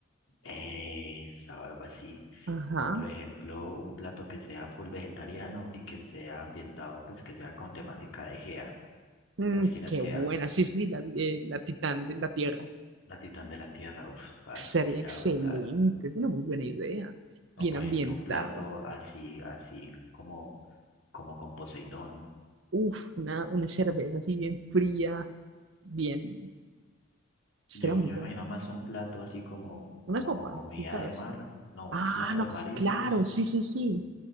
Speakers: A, on the left; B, on the right.
A: Esa o algo así.
B: Ajá.
A: O por ejemplo, un plato que sea full vegetariano y que sea ambientado, pues que sea con temática de Gea.
B: Mm,
A: ¿Sabes quién es
B: qué
A: Gea?
B: buena, sí, sí, la, eh, la Titán de la Tierra.
A: La titán de la tierra. Uf, parce,
B: Sería
A: sería
B: excelente,
A: brutal.
B: es una muy buena idea.
A: O
B: Bien
A: por
B: ambientado.
A: ejemplo, un plato así, así como, como con Poseidón.
B: Uf, una, una cerveza así bien fría, bien, sería
A: Yo,
B: muy
A: yo
B: buena.
A: me imagino más un plato así como,
B: Una
A: como
B: sopa,
A: con comida
B: quizás.
A: de mar. No, un
B: Ah,
A: plato
B: no,
A: de mariscos
B: claro, sí, sí, sí.